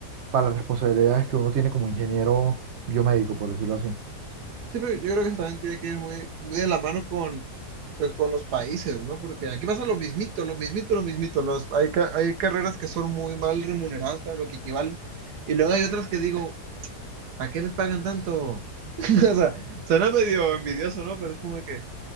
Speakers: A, on the right; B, on the right.
A: pa- las responsabilidades que uno tiene como ingeniero biomédico, por decirlo así.
B: Sí, pero yo creo que eso también tiene que ir muy, muy de la mano con, pues, con los países, ¿no? Porque aquí pasa lo mismito, lo mismito, lo mismito. Los, hay, ca- hay carreras que son muy mal remuneradas para lo que equivalen. Y luego hay otras que digo, ¿a qué les pagan tanto? <laughs> O sea, suena medio envidioso, ¿no? Pero es como que